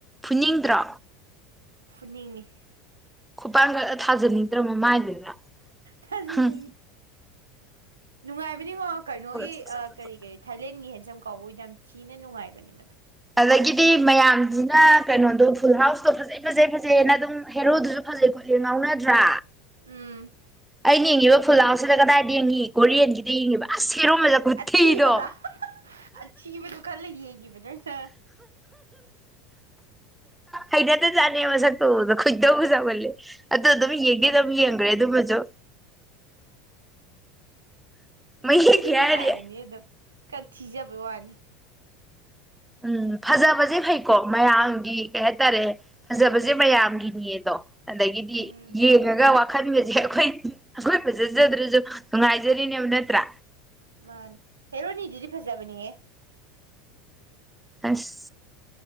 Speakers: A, in the centre; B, on the right.
A: ꯐꯅꯤꯡꯗ꯭ꯔꯥ
B: ꯐꯨꯅꯤꯡꯉꯤ
A: ꯈꯨ ꯑꯒ ꯊꯥꯖꯅꯤ ꯇꯔꯥ ꯃꯃꯥꯏꯗꯨꯗꯥ
B: ꯊꯥꯖꯤꯟꯅꯤꯡꯉꯤ
A: ꯍꯨꯝ
B: ꯅꯨꯡꯉꯥꯏꯕꯅꯤꯉꯣ ꯀꯩꯅꯣꯒꯤ
A: ꯁꯛ ꯁꯛ ꯁꯛ
B: ꯀꯔꯤ
A: ꯁꯛ
B: ꯀꯔꯤ ꯊꯥꯏꯂꯦꯟꯒꯤ ꯍꯦꯜ ꯁꯝ ꯀꯕ ꯌꯥꯝ ꯊꯤꯅ ꯅꯨꯡꯉꯥꯏꯕꯅꯦ ꯃꯗꯣ
A: ꯑꯗꯒꯤꯗꯤ ꯃꯌꯥꯝꯁꯤꯅ ꯀꯩꯅꯣꯗꯣ ꯐꯨꯜ ꯍꯥꯎꯁꯇꯣ ꯐꯖꯩ ꯐꯖꯩ ꯐꯖꯦꯅ ꯑꯗꯨꯝ ꯍꯦꯔꯣꯗꯨꯁꯨ ꯐꯖꯩ ꯈꯣꯠꯂꯦ ꯉꯥꯎꯅꯗ꯭ꯔꯥ
B: ꯎꯝ
A: ꯑꯩꯅ ꯌꯦꯡꯉꯤꯕ ꯐꯨꯜꯂꯥꯎꯁꯤꯗ ꯀꯗꯥꯏꯗ ꯌꯦꯡꯉꯤ ꯒꯣꯔꯦꯟꯒꯤꯗ ꯌꯦꯡꯉꯤꯕ ꯑꯁ ꯍꯦꯔꯣ ꯃꯁꯛ ꯈꯨꯊꯤꯗꯣ
B: ꯑꯊꯤꯕꯗ ꯑꯊꯤꯕꯗꯨ ꯈꯜꯂ ꯌꯦꯒꯤꯝ ꯕꯥꯗꯔ ꯁꯥ
A: ꯍꯩꯅꯗ ꯖꯥꯠꯅꯤ ꯃꯁꯛꯇꯨ ꯎꯕꯗꯨ ꯈꯣꯌꯗꯧ ꯁꯥꯑꯣꯒꯠꯅꯤ ꯑꯗꯨ ꯑꯗꯨꯝ ꯌꯦꯡꯒꯦ ꯑꯗꯨꯝ ꯌꯦꯡꯈ꯭ꯔꯦ ꯑꯗꯨꯃꯁꯨ ꯃꯌꯦꯛꯀꯤ
B: ꯅꯨꯡꯕꯨꯗꯤ ꯅꯨꯡꯉꯥꯏꯕꯅꯤ
A: ꯍꯥꯏꯔꯗꯤ
B: ꯑꯗꯣ ꯀꯠ ꯊꯤꯖꯕꯩ ꯋꯥꯅꯤ
A: ꯎꯝ ꯐꯖꯕꯁꯦ ꯐꯩꯀꯣ ꯃꯌꯥꯝꯒꯤ ꯀꯩ ꯍꯥꯏꯇꯥꯔꯦ ꯐꯖꯕꯁꯦ ꯃꯌꯥꯝꯒꯤꯅꯤꯌꯦꯗꯣ ꯑꯗꯒꯤꯗꯤ
B: ꯎꯝ
A: ꯌꯦꯡꯉꯒ ꯈꯟꯕꯁꯦ ꯑꯩꯈꯣꯏ ꯑꯩꯈꯣꯏ ꯐꯖꯖꯗ꯭ꯔꯁꯨ ꯅꯨꯡꯉꯥꯏꯖꯔꯤꯅꯦꯕ ꯅꯠꯇ꯭ꯔꯥ
B: ꯃꯥꯥꯟ ꯍꯦꯔꯅꯤꯗꯨꯗꯤ ꯐꯖꯕꯅꯤꯍꯦ
A: ꯑꯁ